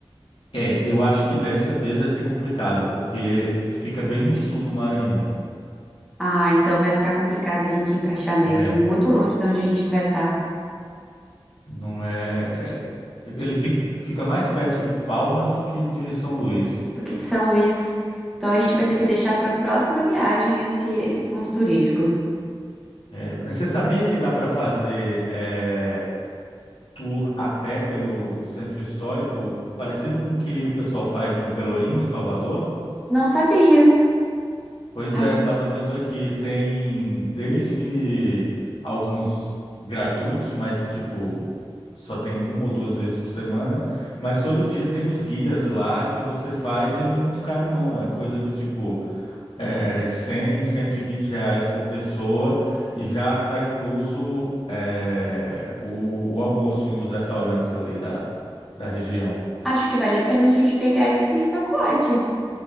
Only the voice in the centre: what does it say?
Ah, então vai ficar complicado da gente encaixar mesmo,
muito longe de onde a gente vai estar.
do de São Luís. Então a gente vai ter que deixar para a próxima viagem esse, esse ponto turístico.
Não sabia.
A-
Acho que vale a pena a gente pegar esse pacote.